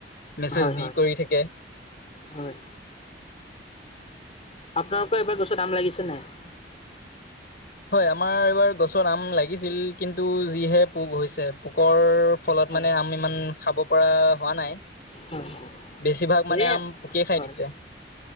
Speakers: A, on the left; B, on the left.
A: মেছেজ
B: হয় হয়
A: দি কৰি থাকে।
B: হয়। আপোনালোকৰ এবাৰ গছত আম লাগিছে নাই।
A: হয়, আমাৰ এইবাৰ গছত আম লাগিছিল কিন্তু যিহে পোক হৈছে পোক। ফলত
B: হয়
A: মানে
B: হয়
A: আমি ইমান খাব পৰা হোৱা নাই।
B: হয়
A: বেছিভাগ
B: হয়।
A: মানে
B: এ
A: আম পোকে খাই
B: হয়
A: দিছে।